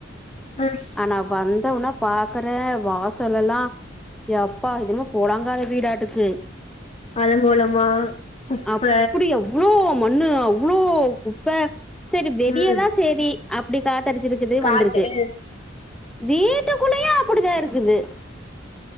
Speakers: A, on the left; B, in the centre.
A: ம்
B: ஆனா வந்தோன பாக்கரே வாசலெல்லா ஏப்பா இதுன்னுமோ பொலங்காத வீடாட்டுக்கு
A: அலங்கோலமா குப்ப
B: அப்டி அவ்ளோ மண்ணு அவ்ளோ குப்ப சேரி வெளிய
A: ம்
B: தா சேரி அப்டி காத்தடிச்சிருக்கு குது
A: காத்து
B: வந்துருக்கு
A: அ
B: வீட்டுக்குள்ளயு அப்படித்தா இருக்குது